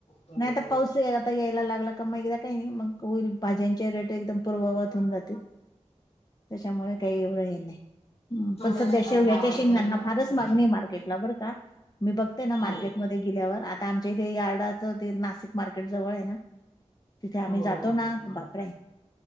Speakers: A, on the left (about 60°); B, on the left (about 35°).
A: बरोबर
B: नाय आता
A: आहे
B: पाऊस हे आता यायला लागला का मग एकदा काही नाही मग होईल भाज्यांचे रेट एकदम पूर्ववत होऊन जातील. त्याच्यामुळे
A: बरोबर
B: काही एवढं
A: आहे.
B: हे नाही. हं
A: छोट्या
B: पण सध्या
A: छोट्या
B: शेव्याच्या
A: फ्लावर
B: शेंगांना
A: जरी म्हटलं
B: फारच मागणीय
A: ना.
B: मार्केटला बरं का मी बघतेय ना
A: हो
B: मार्केटमध्ये
A: हो
B: गेल्यावर आता आमच्या इथे यार्डाचं ते नाशिक मार्केट जवळय ना? तिथे आम्ही
A: हो
B: जातो
A: हो बरोबर
B: ना बापरे!